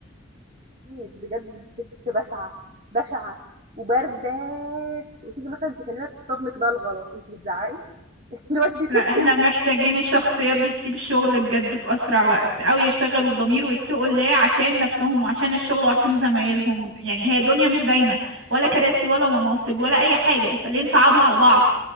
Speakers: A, on the right; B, on the right.
A: مفيش بجد ست بشعة بشعة وباردة وتيجي مثلا تكلميها تصطدلك بقى الغلط انت بتزعقي <laughs> اللي هو انت سبتي
B: لا احنا
A: الم-
B: محتاجين الشخصيات دي تسيب الشغل بجد في اسرع وقت او يشتغلوا بضمير ويتقوا الله عشان نفسهم وعشان الشغل وعشان زمايلهم يعني هي الدنيا مش دايمة ولا كراسي ولا مناصب ولا اي حاجة فليه نصعبها على بعض